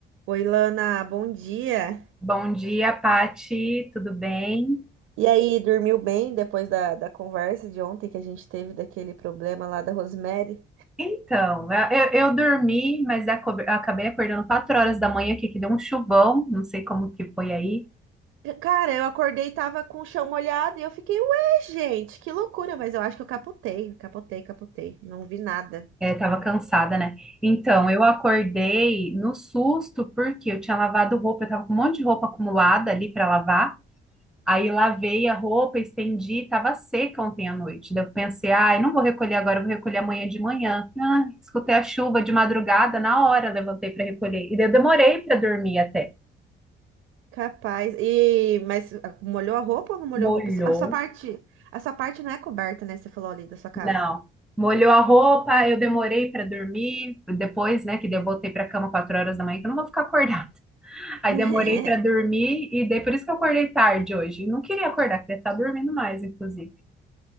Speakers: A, on the right (about 75°); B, in the centre.
A: Oi, Lana, bom dia.
B: Bom dia, Pati, tudo bem?
A: E aí, dormiu bem depois da, da conversa de ontem que a gente teve daquele problema lá da Rosemary?
B: Então, eu, eu dormi, mas aco- eu acabei acordando 4 horas da manhã aqui, que deu um chuvão, não sei como que foi aí,
A: Cara, eu acordei e tava com o chão molhado e eu fiquei, ué, gente, que loucura, mas eu acho que eu capotei, capotei, capotei, não vi nada.
B: é, tava cansada, né? Então, eu acordei no susto, porque eu tinha lavado roupa, eu tava com um monte de roupa acumulada ali para lavar, aí lavei a roupa, estendi, tava seca ontem à noite, daí eu pensei, ai, não vou recolher agora, eu vou recolher amanhã de manhã. Ah, escutei a chuva de madrugada, na hora levantei para recolher, e daí eu demorei para dormir até.
A: Capaz. E mas ah, molhou a roupa ou não molhou
B: Molhou.
A: a roupa? A sua parte, a sua parte não é coberta, né? Você falou ali da sua casa.
B: Não. Molhou a roupa, eu demorei para dormir. Depois, né, que daí eu voltei para cama 4 horas da manhã, que eu não vou ficar acordada. <laughs> Aí
A: <laughs>
B: demorei para dormir e daí por isso que eu acordei tarde hoje. Não queria acordar, queria estar dormindo mais, inclusive.